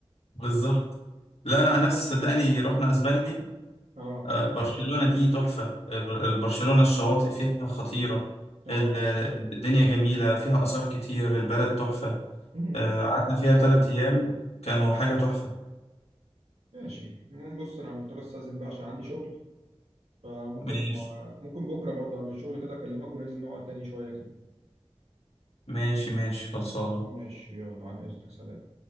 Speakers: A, on the left; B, on the right.
A: بالظبط لا أنا عن نفسي صدقني رحنا أسبانيا
B: اه
A: آه، برشلونة دي تحفة ال- ال- برشلونة الشواطئ فيها خطيرة
B: اه
A: ال- الدنيا جميلة فيها آثار كتير البلد تحفة
B: مم.
A: آه، قعدنا فيها
B: ايوه
A: تلات
B: ده والله
A: أيام كانوا حاجة تحفة
B: ماشي المهم بص انا مضطر استاذن بقى عشان عندي شغل فممكن
A: ماشي
B: لما ممكن بكره برضه قبل الشغل كده اكلمك وننزل نقعد تاني شويه كده
A: ماشي ماشي خلصانة
B: ماشي يلا عن اذنك سلام